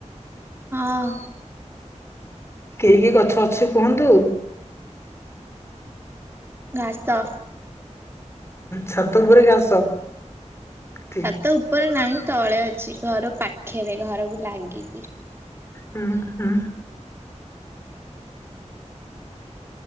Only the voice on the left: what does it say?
କି କି ଗଛ ଅଛି କୁହନ୍ତୁ
ଛାତ ଉପରେ ଘାସ ହୁଁ
ହଁ ହଁ।